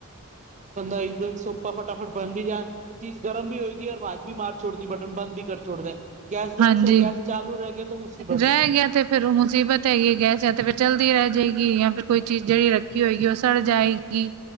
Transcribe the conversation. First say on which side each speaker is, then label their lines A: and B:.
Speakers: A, on the right (about 35°); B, on the right (about 75°).
A: ਬੰਦਾ ਇੱਕ ਦਿਨ <unintelligible> ਫਟਾਫਟ ਬਣ ਵੀ ਜਾ ਚੀਜ਼ ਗਰਮ ਵੀ ਹੋਏ ਗੀ ਓਰ ਵਾਜ ਵੀ ਮਾਰ ਛੁੜਦੀ ਬਟਨ ਬੰਦ ਵੀ ਕਰ, ਛੋੜਦੇ ਗੈਸ ਦਾ
B: ਹਾਂਜੀ
A: ਕਿਸ ਤਰ੍ਹਾਂ ਗੈਸ ਚਾਲੂ ਰੈ ਗਿਆ ਤਾਂ ਮੁਸੀਬਤ
B: ਰਹਿ
A: ਏ।
B: ਗਿਆ ਤੇ ਫਿਰ ਓ ਮੁਸੀਬਤ ਹੈਗੀ ਐ, ਗੈਸ ਐ ਤੇ ਫਿਰ ਚਲਦੀ ਰੈ ਜੇਗੀ ਯਾਂ ਫਿਰ ਕੋਈ ਚੀਜ਼ ਜੇੜੀ ਰੱਖੀ ਹੋਏਗੀ, ਓ ਸੜ ਜਾਏਗੀ